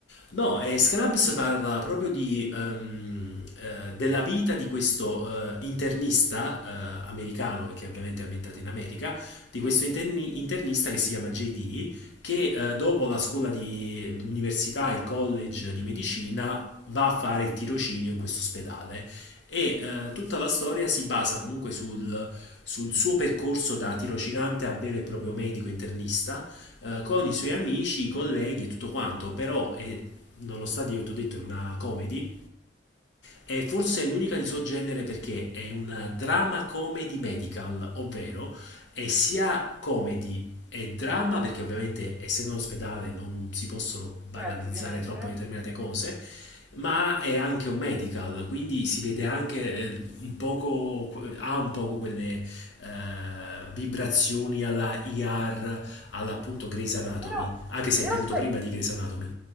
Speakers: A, on the left; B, in the centre.
A: No, e Scrubs parla proprio di, ehm, eh, della vita di questo eh, internista eh, americano, perché ovviamente è ambientato in America, di questo interni- internista che si chiama JD, che eh, dopo la scuola di università, il college di medicina, va a fare il tirocinio in questo ospedale. E eh, tutta la storia si basa comunque sul, sul suo percorso da tirocinante a vero e proprio medico internista eh, con i suoi amici, i colleghi e tutto quanto, però è, nonostante io ti ho detto è una comedy, è forse l'unica di suo genere perché è una drama comedy medical, ovvero è sia comedy e drama perché ovviamente essendo in ospedale non si possono banalizzare
B: Certo, ovviamente.
A: troppo determinate cose, ma è anche un medical, quindi si vede anche eh, un poco, ha un poco quelle eh, vibrazioni alla IR, all'appunto Grey's Anatomy,
B: Però,
A: anche se
B: però
A: è venuto
B: sai.
A: prima di Grey's Anatomy.